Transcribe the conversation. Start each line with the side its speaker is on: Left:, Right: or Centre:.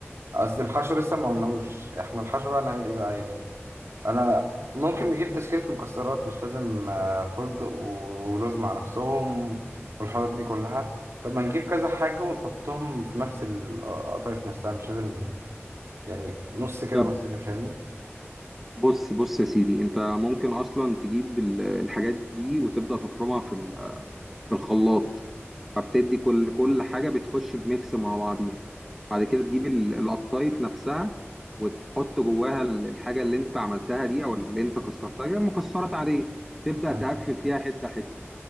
Right: قصدي الحشو لسه ما عملناهوش احنا الحشو بقى نعمل ايه بقى يعني انا ممكن نجيب تشكيلة مكسرات مش لازم آه، فستق ولوز مع نفسهم والحاجات دي كلها طب ما نجيب كذا حاجة ونحطهم في نفس القطايف نفسها مش لازم يعني نص كده
Centre: طب
Right: ونص كده فاهمني
Centre: بص بص يا سيدي انت ممكن اصلا تجيب ال- الحاجات دي وتبدا تفرمها في ال- في الخلاط فبتدي كل كل حاجة بتخش بميكس مع بعضيها بعد كده تجيب ال- القطايف نفسها وتحط جواها ال- الحاجة اللي انت عملتها دي او اللي انت كسرتها يعني مكسرات عادية تبدأ
Right: مم.
Centre: تقفل فيها حتة حتة